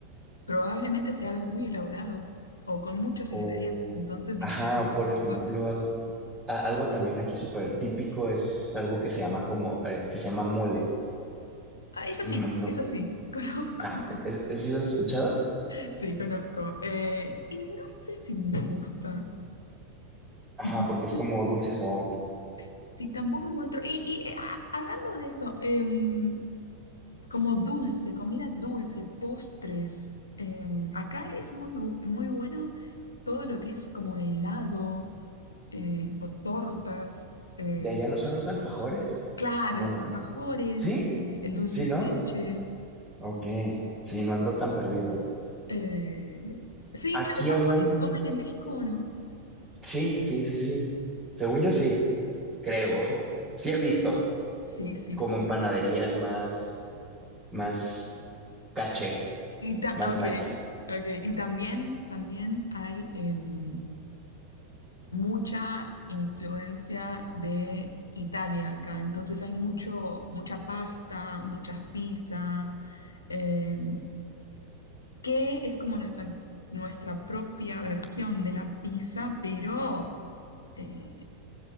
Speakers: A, on the left; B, on the right.
A: probablemente sea algo muy elaborado o con muchos
B: O,
A: ingredientes, entonces dificulta
B: ajá, o por
A: un poco.
B: ejemplo, a- algo también aquí súper típico es algo que se llama como, eh, que se llama mole.
A: Ah, eso
B: Me
A: sí,
B: imagino,
A: eso sí, <laughs> conozco.
B: ah, ¿es, es- sí lo has escuchado?
A: Sí, conozco. Eh, y no sé si me gusta.
B: Ajá,
A: Y tampoco,
B: porque es como dulcezón.
A: sí, tampoco encuentro. Y, y, eh, ah, hablando de eso, em, como dulce, comida dulce, postres, em, acá es muy, bu- muy bueno todo lo que es como helado eh, o tortas, eh,
B: ¿De allá no son los alfajores?
A: claro,
B: ¿No
A: los
B: va?
A: alfajores,
B: ¿Sí?
A: eh, el dulce
B: ¿Sí,
A: de
B: no?
A: leche.
B: Ok, sí, no ando tan perdido.
A: eh, Sí,
B: Aquí
A: ¿alfajores
B: hablando,
A: comen en México o no?
B: sí, sí, sí, sí. Según yo sí, creo. <laughs> Sí he visto,
A: Sí, sí.
B: como
A: sí.
B: en panaderías más, más caché,
A: Y, ta-
B: más
A: ok,
B: nice.
A: ok. Y también, también hay. em, mucha influencia de Italia acá. Entonces hay mucho, mucha pasta, muchas pizzas, eh, que es como nuestra, nuestra propia versión de la pizza, pero eh,